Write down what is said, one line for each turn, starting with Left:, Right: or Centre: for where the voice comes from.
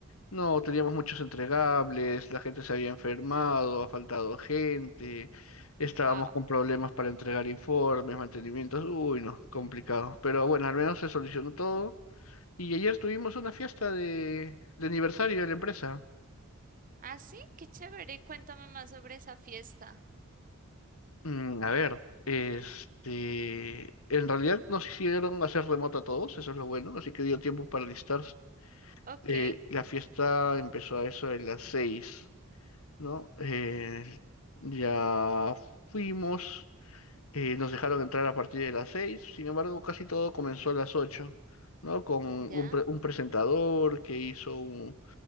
Left: no, teníamos muchos entregables, la gente se había enfermado, ha faltado gente, estábamos
Right: Wow.
Left: con problemas para entregar informes, mantenimientos, uy, no, complicado. Pero bueno, al menos se solucionó todo. Y ayer tuvimos una fiesta de, de aniversario de la empresa.
Right: ¿Ah, sí? Qué chévere. Cuéntame más sobre esa fiesta.
Left: Mm, a ver, este, en realidad nos hicieron hacer remoto a todos, eso es lo bueno, así que dio tiempo para listarse.
Right: Ok,
Left: Eh, la fiesta empezó a eso de las seis, ¿no? Eh, ya fuimos, eh, nos dejaron entrar a partir de las seis, sin embargo, casi todo comenzó a las ocho, ¿no? Con un,
Right: ya.
Left: pre- un presentador que hizo un...